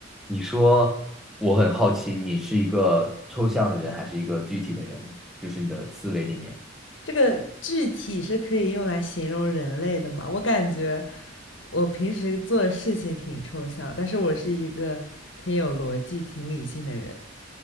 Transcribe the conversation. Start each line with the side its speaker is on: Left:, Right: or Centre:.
Centre: 你说我很好奇，你是一个抽象的人还是一个具体的人？就是你的思维里面。
Left: 这个具体是可以用来形容人类的吗？我感觉我平时做的事情挺抽象，但是我是一个挺有逻辑、挺理性的人。